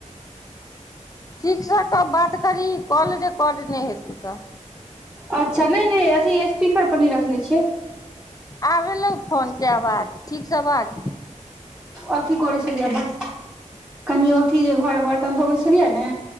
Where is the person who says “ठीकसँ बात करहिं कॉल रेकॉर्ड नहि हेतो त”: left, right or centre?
Left